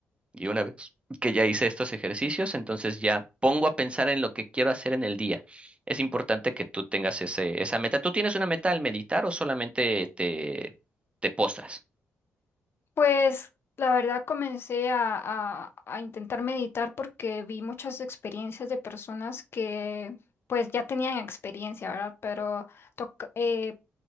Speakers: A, on the right; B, on the left.
A: Y una vez que ya hice estos ejercicios, entonces ya pongo a pensar en lo que quiero hacer en el día. Es importante que tú tengas ese, esa meta. ¿Tú tienes una meta al meditar o solamente te, te postras?
B: Pues la verdad comencé a, a- a intentar meditar porque vi muchas experiencias de personas que pues ya tenían experiencia, ¿verdad? Pero toc- eh,